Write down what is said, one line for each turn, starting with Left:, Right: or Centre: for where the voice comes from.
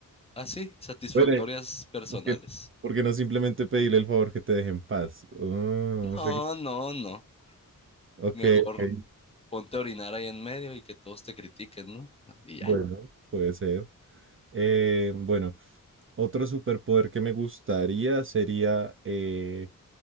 Left: así, satisfactorias
Right: Bueno,
Left: personales.
Right: porque porque no simplemente pedirle el favor que te deje en paz? Ah, o
Left: No,
Right: sea que-
Left: no, no.
Right: ok,
Left: Mejor
Right: ok,
Left: ponte a orinar ahí en medio y que todos te critiquen, ¿no? Y
Right: bueno,
Left: ya.
Right: puede ser. Eh, bueno, otro superpoder que me gustaría sería, eh,